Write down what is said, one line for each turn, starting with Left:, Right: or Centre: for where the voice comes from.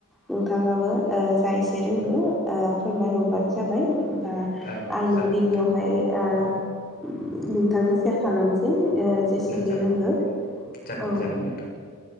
Centre: नोंथाङाबो ओ जा एसे रोङो ओ फोरमायहरबानो जाबाय। ओमबा
Left: औ
Centre: आंनो
Left: जागोन
Centre: गिबियावहाय
Left: नोंथां
Centre: ओ नोंथांनो सेयार खालामसै ओ जेसेखि
Left: जागोन
Centre: रोङो औ
Left: जागोन जागोन नोंथां